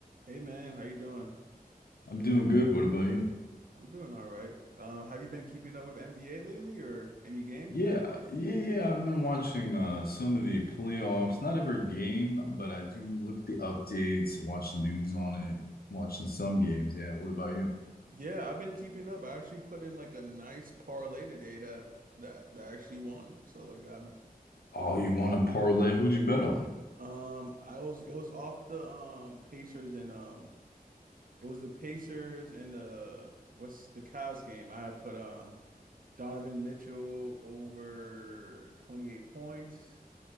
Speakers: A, on the right (about 65°); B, on the left (about 75°).
A: Hey man, how you doing?
B: I'm doing good. What about you?
A: I'm doing all right. Um, have you been keeping up with NBA lately or any games
B: Yeah,
A: you've been watching?
B: yeah, yeah. I've been watching uh some of the playoffs. Not every game, but I do look at the updates, watch the news on it, watching some games. Yeah. What about you?
A: Yeah, I've been keeping up. I actually put in like a nice parlay today that that that actually won. So like I'm
B: Oh,
A: I've
B: you
A: been
B: want to parlay? Who'd you bet on?
A: um I was it was off the um Pacers and um it was the Pacers and the what's the Cavs game. I had put um Donovan Mitchell over 28 points